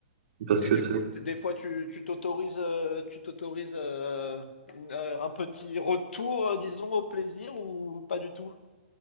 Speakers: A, on the right (about 65°); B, on the left (about 85°).
A: Parce
B: Et
A: que
B: du
A: c'est
B: coup, t- des fois, tu tu t'autorises euh, tu t'autorises euh, une, euh, un petit retour, euh, disons, au plaisir ou pas du tout?